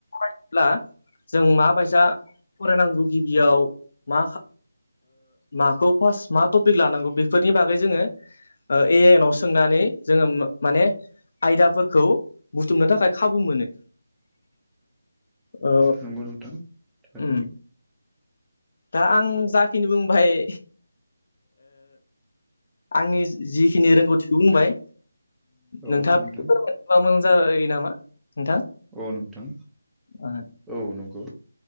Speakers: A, on the left (about 50°); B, in the centre.
A: ब्ला जों माबायसा फरायनांगौ गिबियाव मा माखौ फार्स्ट मा टपिक लानांगौ बेफोरनि बागै जोङो ए आइ नाव सोंनानै जोङो माने आयदाफोरखौ बुथुमनो थाखाय खाबु मोनो ओ
B: नंगौ नोंथां थारैनो
A: उम दा आं जाखिनि बुंबाय आंनि जिखिनि रोंगौथिखौ बुंबाय
B: औ
A: नोंथाङाबो
B: नोंथां
A: फोरमायना होबा मोजां जायो नामा नोंथां
B: औ नोंथां
A: ओ
B: औ नंगौ